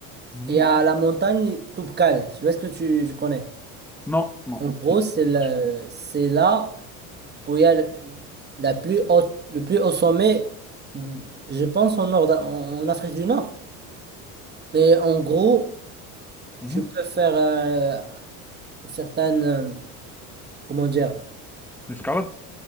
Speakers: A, in the centre; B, on the right.
A: Mhm.
B: Il y a la montagne Toubkal. Je sais pas ce que tu, je connais.
A: Non, non,
B: En gros,
A: non.
B: c'est le-
A: Ah, je comprends.
B: c'est là où il y a le, la plus haute, le plus haut sommet, je pense, en, nord, en Afrique du Nord. Et en gros,
A: Mhm.
B: tu peux faire euh, certaines. euh, Comment dire?
A: L'escalade?